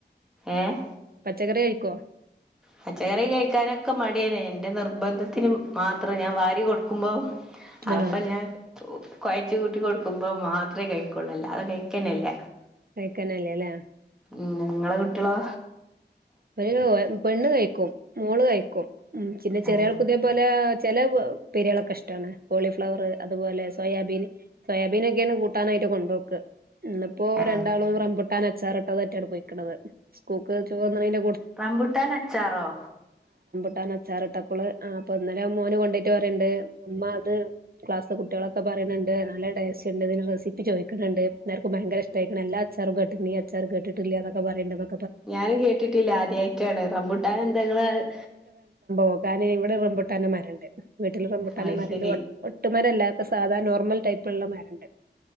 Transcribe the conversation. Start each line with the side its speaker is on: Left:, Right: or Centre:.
Centre: ഏഹ്
Right: പച്ചക്കറി കഴിക്കോ
Centre: പച്ചക്കറി കഴിക്കാനൊക്കെ മടിയെ ന്റെ നിർബന്ധത്തിന് മാത്രം ഞാൻ വാരി കൊടുക്കുമ്പോ അപ്പൊ
Right: ആഹ്
Centre: ഞാൻ കൊഴച്ച് കൂട്ടി കൊടുക്കുമ്പോ മാത്ര കഴിക്കൊള്ളു അല്ലാതെ കഴിക്കെനല്ല
Right: കഴിക്കന്നല്ല ലെ
Centre: ഉംഹ് നിങ്ങളെ കുട്ട്യേളോ?
Right: <unintelligible> പെണ്ണ് കഴിക്കും മോള് കഴിക്കും ഉംഹ് ചിന്നെ ചെറ്യേ
Centre: ആഹ്
Right: ആൾക്കും ഇതേപോലെ ചെലെ ഉപ്പേര്യേളൊക്കെ ഇഷ്ട്ടാണ്. കോളിഫ്ലവറ് അതുപോലെ സോയാബീൻ സോയാബീനൊക്കേണ് കൂട്ടാനായിട്ട് കൊണ്ടോക്ക് ഇന്ന്പ്പോ രണ്ടാളും
Centre: അത് ശരി
Right: റംമ്പുട്ടാൻ അച്ചാറിട്ടതെ <unintelligible> റ്റാണ് പോയ്‌ക്ക്ണത് സ്കൂക്ക് ചോറ്ണ്ണയിന്റെ
Centre: റംമ്പുട്ടാൻ അച്ചാറോ
Right: ട്ടാൻ അച്ചാറിട്ടപ്പോള് അപ്പൊ ഇന്നലെ മോന് കൊണ്ടൊയിട്ട് പറയണ്ട് ഉമ്മ അത് ക്ലാസിലെ കുട്ടികളൊക്കെ പറയ്ണ് ഇണ്ട് നല്ല ടേസ്റ്റ് ഇണ്ട് ഇതിന് റെസിപ്പി ചോയിക്ക്ണ ഇണ്ട് എല്ലാർക്കും ഭയങ്കര ഇഷ്ടയിക്ക്ണ് എല്ലാ അച്ചാറും കേട്ടിട്ടുണ്ട് ഈ അച്ചാറ് കേട്ടിട്ടില്ല എന്നൊക്കെ പറയ്ണ്ട് നോ
Centre: ഞാനും കേട്ടി ട്ടില്ല ആദ്യയിട്ടാണ് റംബുട്ടാൻ എന്താ നിങ്ങള് -
Right: പോകാന് ഇവിടെ റുമ്പുട്ടാന് മരണ്ട് വീട്ടിൽ റംമ്പുട്ടന്റെ
Centre: അത്
Right: മരണ്ട്
Centre: ശരി
Right: വെ വെട്ടും മരല്ലാത്ത സാധാ നോർമൽ ടൈപ്പ് ഉള്ള മരണ്ടല്ലോ